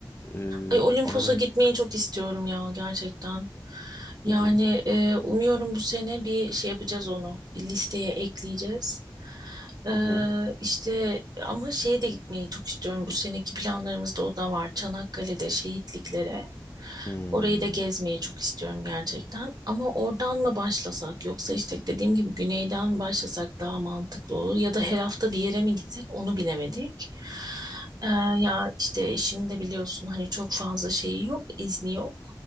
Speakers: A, on the left; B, on the right.
A: Eee
B: Ay, Olimpos'a
A: aynen.
B: gitmeyi çok istiyorum ya gerçekten. Yani
A: Hı hı.
B: e, umuyorum bu sene bir şey yapacağız onu. Bir listeye ekleyeceğiz. E,
A: Hı hı.
B: işte ama şeye de gitmeyi çok istiyorum. Bu seneki planlarımızda o da var. Çanakkale'de şehitliklere.
A: Hmm,
B: Orayı da gezmeyi çok istiyorum gerçekten. Ama oradan mı başlasak yoksa işte dediğim gibi güneyden başlasak daha mantıklı olur. Ya da her hafta bir yere mi gitsek onu bilemedik. Ee, ya işte eşimin de biliyorsun hani çok fazla şeyi yok, izni yok.